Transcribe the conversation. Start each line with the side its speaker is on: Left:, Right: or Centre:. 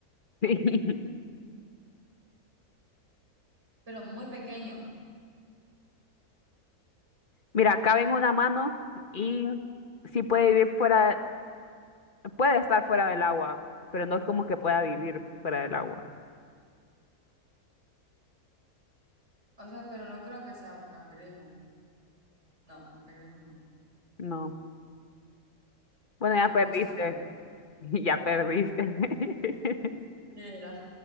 Left: <laughs>
Right: Pero muy pequeño.
Left: Mira, cabe en una mano y sí puede vivir fuera, puede estar fuera del agua, pero no es como que pueda vivir fuera del agua.
Right: O sea, pero no creo que sea un cangrejo. No, un cangrejo no.
Left: No. Bueno,
Right: Langosta,
Left: ya perdiste.
Right: no.
Left: <laughs> Y ya perdiste. <laughs>
Right: ¿Qué era?